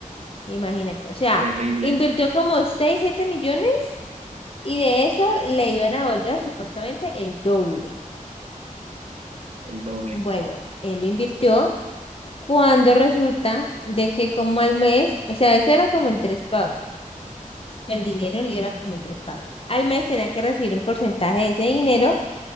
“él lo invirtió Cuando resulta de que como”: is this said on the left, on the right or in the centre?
Left